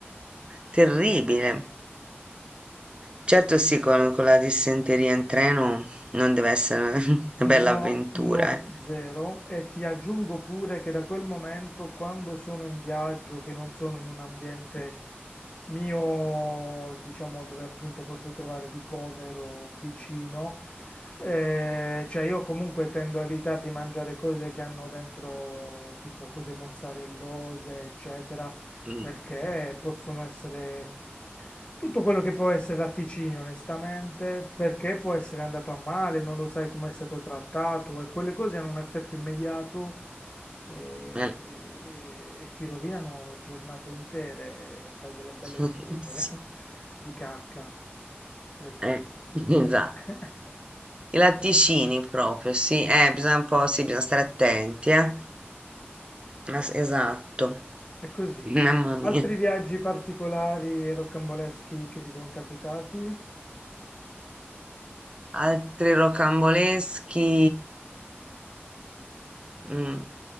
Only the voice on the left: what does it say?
No,
no,
zero. E ti aggiungo pure che da quel momento, quando sono in viaggio, che non sono in un ambiente mio, diciamo, dove appunto posso trovare ricovero vicino, eh, cioè io comunque tendo a evitare di mangiare cose che hanno dentro tipo cose mozzarellose, eccetera
perché possono essere tutto quello che può essere latticini, onestamente, perché può essere andato a male, non lo sai come è stato trattato e quelle cose hanno un effetto immediato e,
e- e ti rovinano giornate intere e fai delle belle
figure
<laughs> di cacca, letteralmente.
<laughs>
È così.
Altri viaggi particolari e rocamboleschi che ti sono capitati?